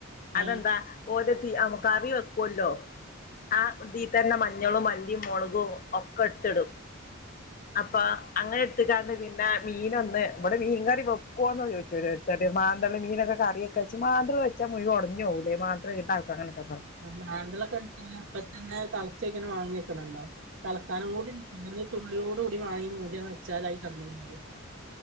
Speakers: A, on the left; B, on the right.
A: അതെന്താ
B: ഏഹ്
A: ഓര നമുക്ക് കറി വെക്കല്ലോ ആ ഇതി തന്നെ മഞ്ഞളും മല്ലയും മുളകും ഒക്കെടുത്തിടും അപ്പൊ അങ്ങനെ എടുത്തക്കാന്ന് പിന്നെ മീന ഒന്ന് ഇവിടെ മീൻ കറി വെക്കുവന്ന് ചോദിച്ചു എടുത്ത് മാന്തള് മീനൊക്കെ കറി കച്ചി മാന്തള് വെച്ചാ മുഴുവൻ ഉടഞ്ഞുോൂലേ മാത്രം ഇട്ടക്ക കനക്ക
B: മാന്തൾ ഒക്കെ ഉ അപ്പ തന്നെ തിളച്ചക്കെന്നെ വാങ്ങിക്കണല്ലോ തിളക്കാനും കൂടി അന്ന് തുള്ളിയോടു കൂടി വാങ്ങി മൂടിയാണ് വെച്ചാലായി കടിുന്നത്